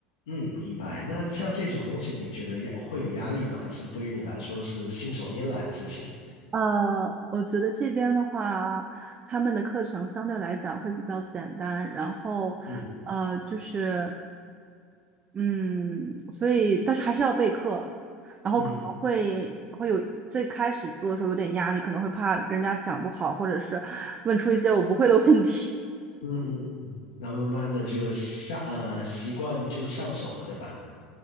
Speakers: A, on the left; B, on the right.
A: 嗯，明白。那像这种东西，你觉得压会有压力吗？还是对于你来说是信手拈来的事情？
B: 呃，我觉得这边的话，他们的课程相对来讲会比较简单，然后，
A: 嗯
B: 呃，就是。嗯，所以但是还是要备课，然后可能会会有最开始做的时候有点压力，
A: 嗯
B: 可能会怕跟人家讲不好，或者是 <laughs> 问出一些我不会的问题。
A: 嗯嗯，那慢慢的就上呃习惯就上手了，对吧？